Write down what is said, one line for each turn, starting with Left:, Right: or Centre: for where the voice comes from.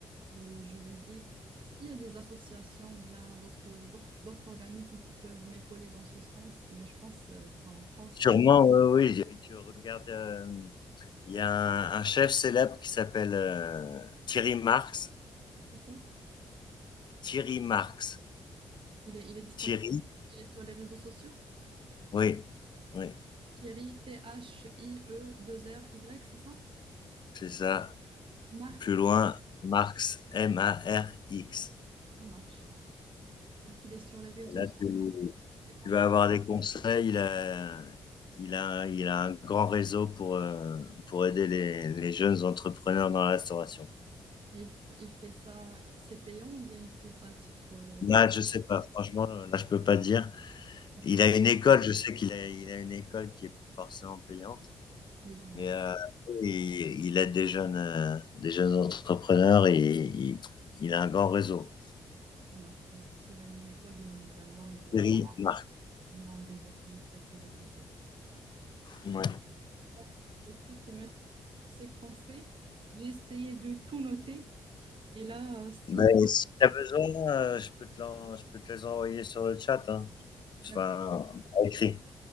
Right: le juridique. Est-ce qu'il y a des associations ou bien d'autres d'autres d'autres organismes qui peuvent m'épauler dans ce sens? Mais je pense, euh, enfin, en France,
Left: sûrement, oui, oui. Et Tu regardes, euh, il y a un, un chef célèbre qui s'appelle euh, Thierry Marx.
Right: d'accord,
Left: Thierry Marx.
Right: il est, il est disponible,
Left: Thierry,
Right: il est sur les réseaux sociaux.
Left: oui, oui,
Right: Thierry, T-H-I-E-2-R-Y, c'est ça?
Left: c'est ça.
Right: Marx,
Left: Plus loin, Marx, M-A-R-X.
Right: ça marche. Donc, il est sur les réseaux
Left: Là,
Right: sociaux
Left: tu,
Right: des conférences.
Left: tu vas avoir des conseils. Il a, il a, il a un grand réseau pour, euh, pour aider les, les jeunes entrepreneurs dans la restauration.
Right: Et il, f- il fait ça, c'est payant ou bien il fait ça à titre euh,
Left: Là, je sais pas. Franchement, là, je peux pas dire.
Right: emploi
Left: Il a une école. Je sais qu'il a, il a une école qui est forcément payante,
Right: Oui, bien
Left: mais
Right: sûr,
Left: euh, il, il aide des jeunes, euh, des jeunes entrepreneurs et il, il a un grand réseau.
Right: ça marche. Donc, s'il a une école, bien évidemment, il doit
Left: Thierry, Marx.
Right: avoir un réseau qui est très, très développé.
Left: Ouais.
Right: Bon, écoute, merci pour ces conseils. J'ai essayé de tout noter. Et là, euh, si,
Left: Ben, si tu as besoin, euh, je peux te l'en- je peux te les envoyer sur le chat, hein. Enfin,
Right: d'accord.
Left: par écrit,